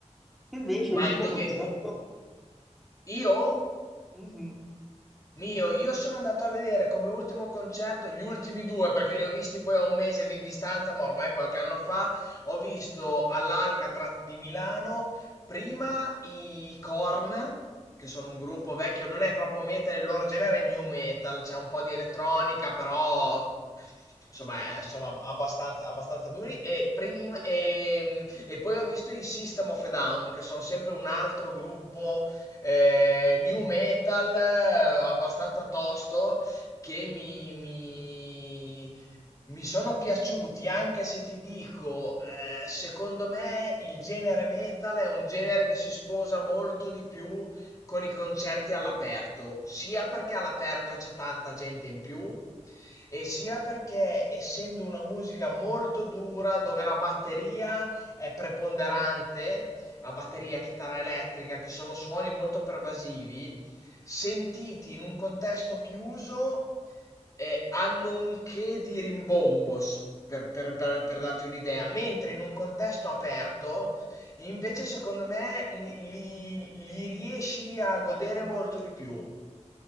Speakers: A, in the centre; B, on the left.
A: Invece,
B: ma
A: ultimo
B: è dove?
A: concerto,
B: di- Io?
A: mhm.
B: Mio, io sono andato a vedere come ultimo concerto, gli ultimi due, perché li ho visti poi a un mese di distanza, ma ormai qualche anno fa, ho visto all'Alcatraz di Milano prima i Korn, che sono un gruppo vecchio, non è proprio metal, il loro genere è new metal, c'è un po' di elettronica, però insomma, eh, sono ab- abbastanza, abbastanza duri. E, prima, e, e poi ho visto i System of a Down, che sono sempre un altro gruppo eh, new metal eh, abbastanza tosto che mi, mi- mi sono piaciuti, anche se ti dico, eh, secondo me il genere metal è un genere che si sposa molto di più con i concerti all'aperto, sia perché all'aperto c'è tanta gente in più, e sia perché essendo una musica molto dura dove la batteria è preponderante, la batteria, chitarra elettrica, che sono suoni molto pervasivi, sentiti in un contesto chiuso eh, hanno un che di rimbombo, s- per, per- per- per darti un'idea, mentre in un contesto aperto, invece secondo me li, li- li riesci a godere molto di più.